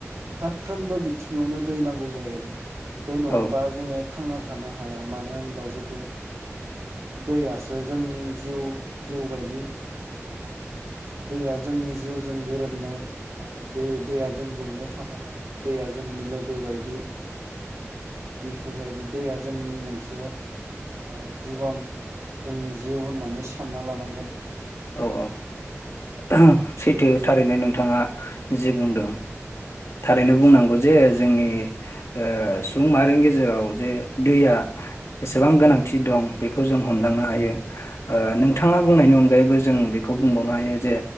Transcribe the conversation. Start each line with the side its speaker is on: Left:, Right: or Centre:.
Right: फारफ्रोमबो बिथिं न आवनो दै नांगौ जायो दै
Left: औ-औ-औ-औ-औ-औ-औ-औ-औ-औ-औ
Right: नङाबा जोङो थांना थानो हाया मानो होनबा जोगो दैयासो जोंनि जिउ जिउ बायदि दैया जोंनि जिउजों गोरोबनाय आरो दै दैया जोंजोंनो थाफानाय दैया जोंनि लोगो बायदि बिफोर बायदि दैया जोंनि मोनसे ओ जिबन जोंनि जिउ होननानै फानना लानांगोन।
Left: औ-औ ओहोम सैथो थारैनो नोंथाङा जि बुंदों। थारैनो बुंनांगौ जे जोंनि ओ सुबुं माहारिनि गेजेराव जे दैया एसेबां गोनांथि दं बेखौ जों हमदांनो हायो। ओ
Right: औ
Left: नोंथाङा बुंनायनि अन अनगायैबो जों बेखौ बुंबावनो हायो जे